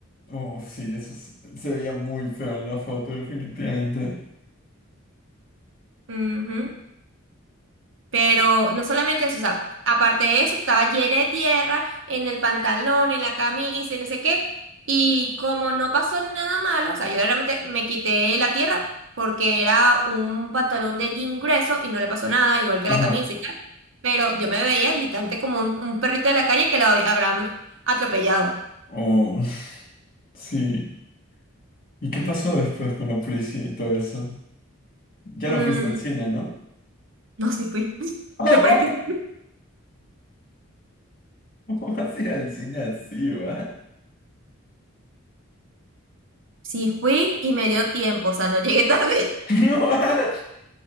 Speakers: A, on the left; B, on the right.
A: oh, sí, eso es- se veía muy feo en la foto, definitivamente.
B: Ujú. Pero no solamente eso, o sea, aparte de eso, estaba llena de tierra en el pantalón, en la camisa y no sé qué. Y como no pasó nada malo, o sea, yo realmente me quité la tierra porque era un pantalón de jean grueso y no le pasó nada, igual que
A: Ajá.
B: la camisa y tal. Pero yo me veía literalmente como un, un perrito de la calle que lo hab- habrán atropellado.
A: Oh, <laughs> sí. ¿Y qué pasó después con la policía y todo eso? Ya
B: Mm,
A: no fuiste al cine, ¿no?
B: no, sí fui. <laughs>
A: <laughs>
B: Lo peor es que sí
A: ¿Cómo vas a ir al cine así, va?
B: Sí fui y me dio tiempo, o sea, no llegué tarde.
A: <laughs> No,
B: <laughs>
A: <laughs>